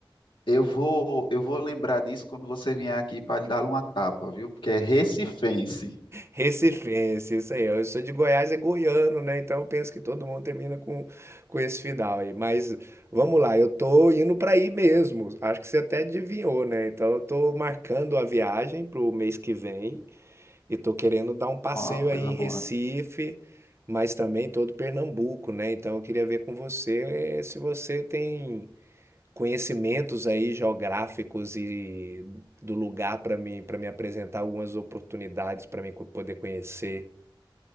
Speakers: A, on the left (about 70°); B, on the right (about 30°).
A: Eu vou, eu vou lembrar disso quando você vier aqui para lhe dar uma tapa, viu? Porque é recifense.
B: Recifense, isso aí. Eu sou de Goiás, é goiano, né? Então eu penso que todo mundo termina com com esse final aí. Mas vamos lá, eu tô indo pra aí mesmo. Acho que você até adivinhou, né? Então eu tô marcando a viagem pro mês que vem. E tô querendo dar um passeio
A: Ó, coisa
B: aí em
A: boa.
B: Recife, mas também todo Pernambuco, né? Então eu queria ver com você eh, se você tem conhecimentos aí geográficos e do lugar para mim, para me apresentar algumas oportunidades para mim co- poder conhecer